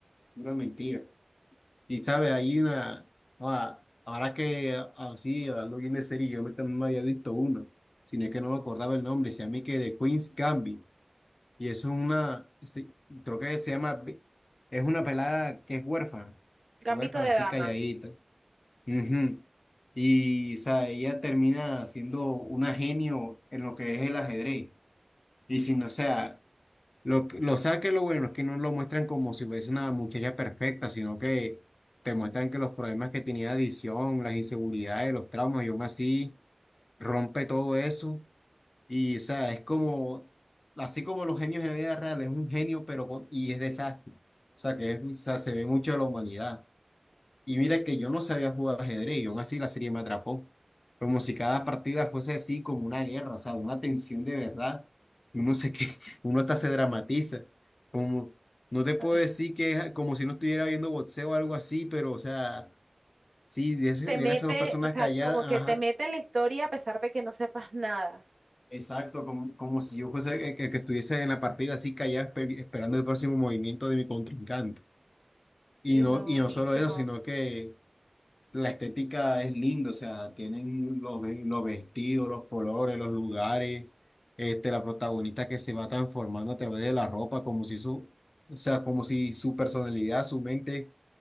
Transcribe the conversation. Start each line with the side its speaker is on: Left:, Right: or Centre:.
Left: pura mentira. Y sabe, hay una, ah, ahora que así, hablando bien de serie, yo me también me había visto una, sino que no me acordaba el nombre, se llama y que de Queen's Gambit, y es una, sí, creo que se llama, Bi- es una pelada que es huérfana,
Right: Gambito
Left: huérfana
Right: de
Left: así
Right: dama.
Left: calladita, ujú. Y, o sea, ella termina siendo una genio en lo que es el ajedrez, y si no, o sea, lo, que- lo sabes que lo bueno es que no lo muestran como si fuese una muchacha perfecta, sino que te muestran que los problemas que tenía de adicción, las inseguridades, los traumas, y aún así rompe todo eso. Y, o sea, es como, así como los genios en la vida real, es un genio, pero con- y es desastre. O sea, que es- o sea, se ve mucho de la humanidad. Y mira que yo no sabía jugar ajedrez y aún así la serie me atrapó. Como si cada partida fuese así como una guerra, o sea, una tensión de verdad. Y Uno se que <laughs> uno hasta se dramatiza. Como, no te puedo
Right: <laughs>
Left: decir que es como si no estuviera viendo boxeo o algo así, pero o sea, sí, de ese-
Right: Te
Left: ver
Right: Mm. mete,
Left: a esas dos personas
Right: o sea,
Left: calladas,
Right: como
Left: ajá,
Right: que te mete en la historia a pesar de que no sepas nada.
Left: exacto, como, como si yo fuese el que, el que estuviese en la partida así callada esper- esperando el próximo movimiento de mi contrincante. Y
Right: Uy,
Left: no,
Right: no,
Left: y
Right: buenísimo.
Left: no solo eso, sino que La estética es linda, o sea, tienen los, ve- los vestidos, los colores, los lugares, este, la protagonista que se va transformando a través de la ropa, como si su, o sea, como si su personalidad, su mente,